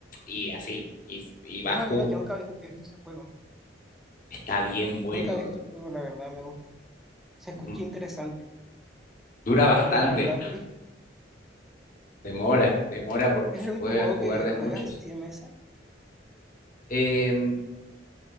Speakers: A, on the left; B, in the centre.
A: y así. Y, y vas
B: Mira,
A: ju-
B: mira, yo nunca había ju- visto ese juego.
A: Está bien bueno.
B: Nunca había visto el juego, la verdad, me gusta. Se escucha
A: Mm,
B: interesante.
A: Dura bastante.
B: No, la verdad,
A: Demora, demora porque
B: es
A: se
B: el único
A: puede
B: juego
A: jugar
B: que
A: de a
B: juegas
A: muchos.
B: así de mesa.
A: Eh,